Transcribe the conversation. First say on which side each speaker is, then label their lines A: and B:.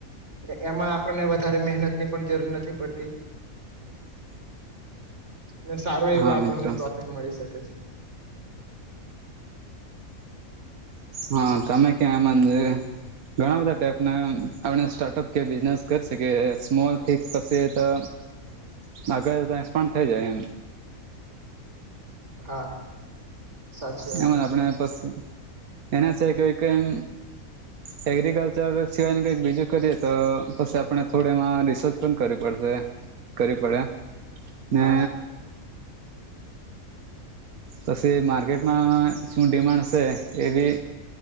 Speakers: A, on the right; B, on the right.
A: ને એમાં આપણને વધારે મહેનતની પણ જરૂર નથી પડતી. ને સારું એવું
B: હા
A: આપણને
B: મિત્ર
A: પ્રોફિટ મળી શકે છે.
B: હા તમે કે મંજે. ઘણા બધા ટાઈપના આપણે સ્ટાર્ટઅપ કે બિઝનેસ કર શકી સ્મોલ કેપ પાસે તો
A: <unintelligible> <inaudible>
B: <unintelligible> એક્સપાન્ડ થઇ જાય એમ.
A: હા. સાચી વાત
B: એમાંને
A: છે.
B: આપણે પસી એના સિવાય કોઈ કે એમ
A: <unintelligible> <inaudible>
B: સેગ્રીકલ્ચર સિવાયન કંઈક બીજું કરીએ તો પછી આપણે થોડીએમાં રિસર્ચ પણ કરવી પડશે. કરવી પડે
A: હા
B: ને પછી માર્કેટમાં શું ડિમાન્ડ છે, એબી